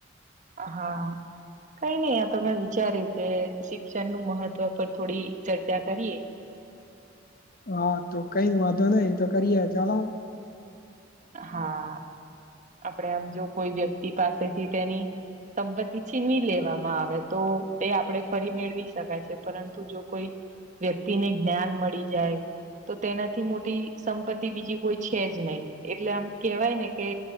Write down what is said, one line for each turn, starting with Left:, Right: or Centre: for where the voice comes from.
Right: હા કઈ નહી આ તમે વિચાર્યું કે શિક્ષણ નું મહત્વ પર થોડી ચર્ચા કરીએ
Left: હા તો કઈ વાંધો નઈ તો કરીએે ચાલો
Right: હા આપડે આમ જો કોઈ વ્યક્તિ પાસેથી તેની સંપત્તિ ચિ ન લેવામાં આવે તો તે આપણે ફરી મેળવી શકાય છે પરંતુ જો કોઈ વ્યક્તિને જ્ઞાન મળી જાય તો તેનાથી મોટી સંપત્તિ બીજી કોઈ છે જ નહી એટલે આમ કેહેવાય ને કે